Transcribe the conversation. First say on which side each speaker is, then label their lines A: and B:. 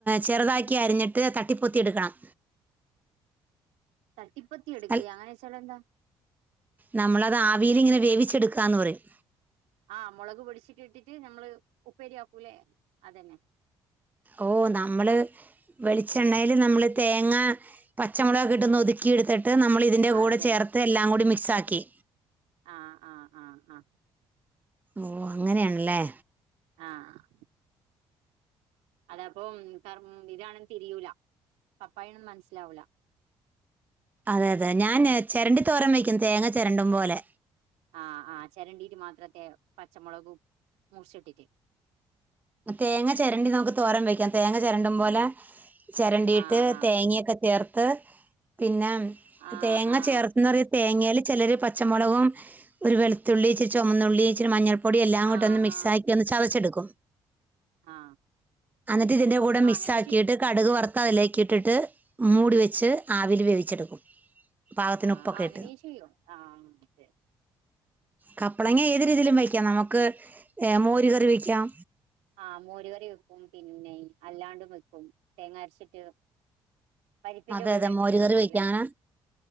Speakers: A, on the right (about 15°); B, on the right (about 80°).
A: ചെറുതാക്കി അരിഞ്ഞിട്ട് തട്ടിപ്പൊത്തി എടുക്കണം
B: തട്ടിപ്പത്തി എടുക്കെ
A: അൽ
B: അങ്ങനെ വെച്ച എന്താ
A: നമ്മളത് ആവിൽ ഇങ്ങനെ വേവിച്ചെടുക്കാന്ന് പറയും
B: ആഹ് മുളക് പൊടിച്ചിട്ട് നമ്മള് ഉപ്പേരിയാക്കൂലേ അതന്നെ
A: ഓ നമ്മള് വെളിച്ചെണ്ണയില് നമ്മള് തേങ്ങ പച്ചമുളകക്കെട്ട് ഒന്ന് ഒതുകിയട്ത്തിട്ട് നമ്മള് ഈ ഇതിന്റെ കൂടെ
B: അതെ
A: ചേർത്ത്
B: അതെ
A: എല്ലാം കൂടി മിക്സാക്കി
B: ആ ആ ആ ആ
A: ഓഹ് അങ്ങനെയാണല്ലേ
B: ആഹ് അഹ് അതാപ്പം കർ ഇതാണെന്ന് തിരിയൂല പപ്പായെണെന്ന് മനസ്സിലാവൂല.
A: അതെ അതെ ഞാന് ചെരണ്ടി തോരൻ വെക്കും തേങ്ങ ചെരണ്ടും പോലെ.
B: ആഹ് അഹ് ചെരണ്ടീട്ട് മാത്രത്തെ പച്ചമൊളകും മുറിച്ചിട്ട്
A: തേങ്ങ ചെരണ്ടി നമുക്ക് തോരം വെക്കാം തേങ്ങ ചെരണ്ടും പോലെ ചെരണ്ടീട്ട്
B: ആ ആ
A: തേങ്ങയൊക്കെ ചേർത്ത് പിന്നെ
B: ആ
A: തേങ്ങ
B: ആ ആ
A: ചേർത്ത്ന്നറയ് തേങ്ങേല് ചെലര് പച്ചമുളകും ഒരു വെളുത്തുള്ളി ഇച്ചിരി ചൊമന്നുള്ളി ഇച്ചിരി മഞ്ഞൾ പൊടി എല്ലാം
B: ആ
A: കൂട്ടി
B: ആ
A: ഒന്ന് മിക്സാ
B: ആ
A: ചതച്ചെടുക്കും
B: ആ
A: അന്നിട്ട് ഇതിന്റെ കൂടെ
B: ആ
A: മിക്സാക്കിയിട്ട്
B: അങ്ങനെ ചെയ്യോ
A: കടുക് വറുത്ത അതിലേക്കി ഇട്ടിട്ട് മൂടി വെച്ച് ആവിൽ വേവിച്ചെടുക്കും പാകത്തിന്
B: ആഹ്
A: ഉപ്പൊക്കെ
B: അങ്ങനിം
A: ഇട്ട്
B: ചെയ്യും ആഹ് അതെ
A: കപ്പളങ്ങ ഏത് രീതിയിലും വയ്ക്കാം നമുക്ക് ഏഹ് മോരി കറി വെക്കാം.
B: ആഹ് മോരുകറി വെക്കും പിന്നെ അല്ലാണ്ടും വെക്കും തേങ്ങ അരച്ചിട്ട് പരിപ്പിന്റെ
A: അതെ
B: കൂടെ
A: അതെ
B: ഇട്ടിട്ട്
A: മോര്
B: വെക്കൂലേ
A: കറി വെക്കാനാ